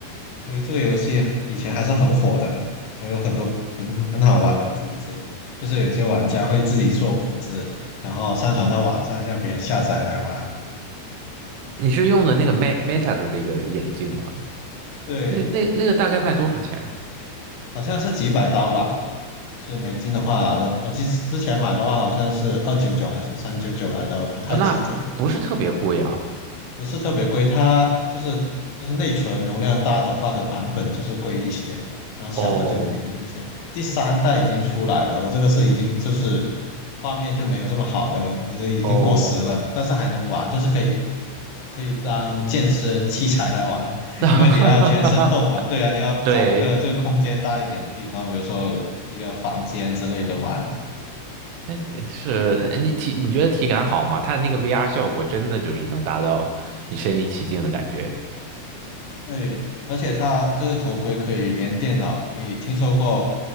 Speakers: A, on the left; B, on the right.
A: 所以这个游戏以前还是很火的，还有很多很很好玩的谱子，就是有些玩家会自己做谱子，然后上传到网站让别人下载来玩。
B: 你是用的那个 Me- Meta 的那个眼镜吗？
A: 对，
B: 那那那个大概卖多少钱啊？
A: 好像是几百刀吧，就是美金的话，我我记之前买的话好像是二九九还是三九九来着，我不太记得。
B: 哦，那不不是特别贵啊。
A: 不是特别贵，它就是就是内存容量大的话的版本就是贵一些，然后小的就便宜一些。
B: 哦
A: 第三代已经出来了，我这个是已经就是画面就没有这么好的了，我就已经过时了，
B: 哦，
A: 但是还能玩，就是可以可以当健身器材来玩，<laughs>
B: <laughs>
A: 因为你要全身动嘛，对啊，你要找一个就空间大一点的地方，
B: 对，
A: 比如说一个房间之类的玩，
B: 哎，是，哎你体你觉得体感好吗？它那个 VR 效果真的就是能达到你身临其境的感觉。
A: 对，而且它这个头盔可以连电脑，你听说过